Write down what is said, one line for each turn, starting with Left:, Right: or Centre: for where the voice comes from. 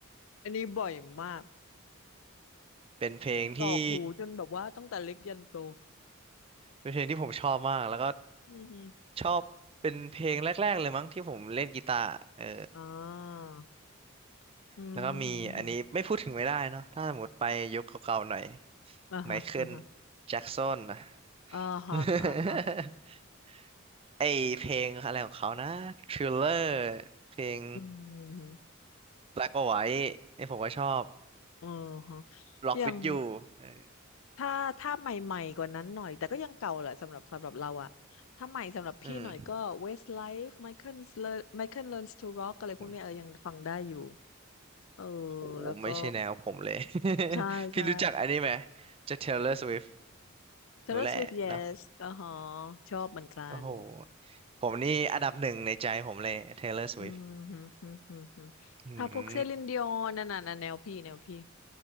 Left: อันนี้บ่อยมาก
Right: เป็นเพลงที่
Left: กรอกหูจนแบบว่าตั้งแต่เล็กยันโต
Right: เป็นเพลงที่ผมชอบมากแล้วก็
Left: อืมอม
Right: ชอบเป็นเพลงแรกๆเลยมั้งที่ผมเล่นกีตาร์เออ
Left: อ่า อืมฮฮ
Right: แล้วก็มีอันนี้ไม่พูดถึงไม่ได้เนาะถ้าสมมติไปยุคเก่าๆหน่อย
Left: อ่าฮะอ่าฮะ
Right: ไมเคิลแจ็กสันนะ
Left: อ่าฮะอ่า
Right: <laughs> ไอเพลงอะไรของเขานะ Thriller เพลง
Left: อืมฮ
Right: Black or White ไอผมก็ชอบ
Left: อือฮะ
Right: Rock
Left: ยัง
Right: with You เออ
Left: ถ้าถ้าใหม่ๆกว่านั้นหน่อยแต่ก็ยังเก่าแหละสำหรับสำหรับเราอะถ้าใหม่สำหรับพี่หน่อยก็
Right: อืม
Left: Westlife Michael Learn Michael Learns to Rock อะไรพวกเนี้ยเออยังฟังได้อยู่
Right: อุ๊ย
Left: เออ
Right: โห
Left: แล้วก็
Right: ไม่ใช่แนวผมเลย <laughs>
Left: ใช่ใช่
Right: พี่รู้จักอันนี้ไหมจะ Taylor Swift
Left: Taylor
Right: รู้แหละเนาะ
Left: Swift Yes อ่าฮะชอบเหมือนกัน
Right: โอ้โหผมนี่อันดับหนึ่งในใจผมเลย Taylor Swift
Left: อืมฮึมฮึมฮึมฮึมถ้าพวกเซลินดิออนนั่นน่ะนะแนวพี่แนวพี่
Right: อืม